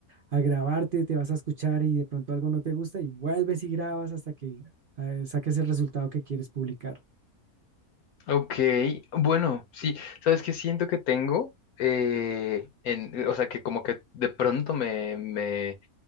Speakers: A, on the right; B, on the left.
A: a grabarte, te vas a escuchar y de pronto algo no te gusta y vuelves y grabas hasta que eh, saques el resultado que quieres publicar.
B: Ok, bueno, sí, ¿sabes que siento que tengo? Eh, en, o sea, que como que de pronto me me